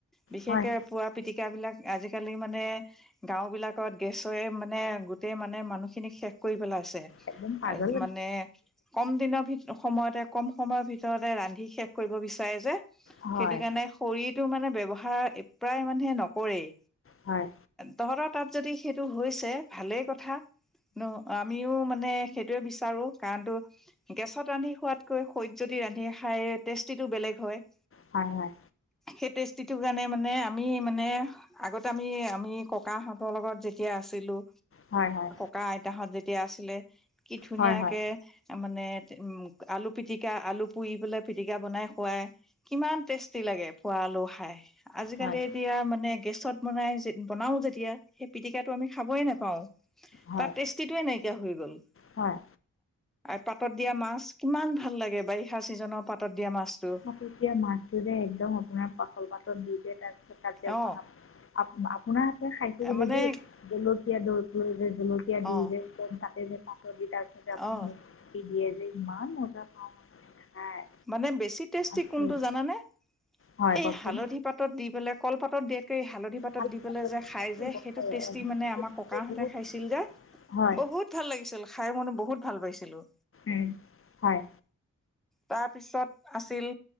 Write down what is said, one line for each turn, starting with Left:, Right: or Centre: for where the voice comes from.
Centre: বিশেষকে
Left: হয়
Centre: পোৱাত পিতিকা বিলাক আজিকালি মানে গাও বিলাকত গেছৰে মানে গোটেই মানে মানুহ খিনিক শেষ কৰি পেলাই আছে
Left: একদম পাগল
Centre: মানে কম দিনৰ ভি সময়তে কম সময়ৰ ভিতৰতে ৰান্ধি শেষ কৰিব বিচাৰে যে
Left: হয়
Centre: সেইটো কাৰণে খৰিটো মানে ব্যৱহাৰ প্ৰায় মানুহে নকৰেই।
Left: হয়
Centre: তহঁতৰ তাত যদি সেইটো হৈছে ভালেই কথা ন অ আমিও মানে সেইটোয়ে বিচাৰো কাৰণটো গেছত ৰান্ধি খোৱাতকৈ খৰিত যদি ৰান্ধি খাই টেষ্টিটো বেলেগ হয়।
Left: হয়, হয়।
Centre: সেই টেষ্টিটোৰ কাৰণে মানে, আমি মানে আগতে আমি, আমি ককাহঁতৰ লগত যেতিয়া আছিলোঁ।
Left: হয়, হয়।
Centre: ককা-আইতাহঁত যেতিয়া আছিলে, কি ধুনীয়াকে
Left: হয় হয়
Centre: তাৰমানে, উম, আলু-পিতিকা, আলু পুৰি পেলাই পিটিকা বনাই খুৱাই, কিমান টেষ্টি লাগে, পুৰা আলু খাই।
Left: হয়
Centre: এতিয়া মানে, গেছত বনাই, বনাও যেতিয়া, সেই পিটিকাটো আমি খাবয় নাপাওঁ।
Left: হয় হয়
Centre: তাৰ টেষ্টিটোৱে, নাইকিয়া হৈ গ'ল।
Left: হয়।
Centre: পাতত দিয়া মাছ, কিমান ভাল লাগে, বাৰিষা চিজনৰ পাতত দিয়া মাছটো।
Left: পাতত দিয়া মাছ। যে একদম, আপোনাৰ পাতল, পাতত দি যে তাত তাতে অকণ,
Centre: অ
Left: আপোনাৰ হাতে খাই কিন্ত
Centre: মানে
Left: দেই, জলকীয়া দৰটো লৈ যে জল এতিয়া
Centre: অ
Left: দি যে, তাতে যে পাত দি, তাৰপিছতে আপুনি
Centre: অ
Left: দিয়ে যে ইমান মজা খায়
Centre: মানে বেছি টেষ্টি
Left: আচৰিত
Centre: কোনটো জানানে,
Left: হয়
Centre: এই
Left: কওকচোন
Centre: হালধি পাতত দি পেলাই, কল পাতত দিয়াতকে এই হালধি পাতত
Left: ভাল
Centre: দি পেলাই যে, খাই
Left: লাগিব
Centre: যে, সেইটো
Left: হয়
Centre: টেষ্টি
Left: এইটো
Centre: মানে, আমাৰ ককাহঁতে
Left: বহুত
Centre: খাইছিল যে,
Left: হয়
Centre: বহুত বহুত ভাল লাগিছিল, খাই মানে বহুত ভাল পাইছিলোঁ।
Left: এ, হয়।
Centre: তাৰপিছত, আছিল